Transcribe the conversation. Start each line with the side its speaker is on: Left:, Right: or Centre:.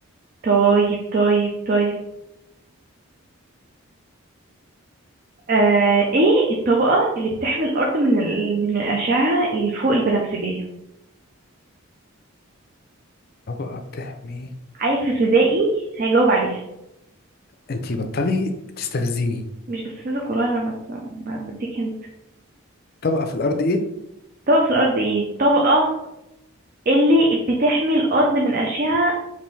Right: طيب طيب طيب آه... ايه الطبقة اللي بتحمي الأرض من ال... من الأشعة اللي فوق البنفسجية
Left: طبقة بتحمي
Right: عيل في ابتدائي هيجاوب عليها
Left: انتي بطلي تستفزيني
Right: مش بستفزك والله انا بس ب- بديك هنت
Left: طبقة في الأرض إيه؟
Right: طبقة في الارض ايه طبقة اللي بتحمي الارض من اشعة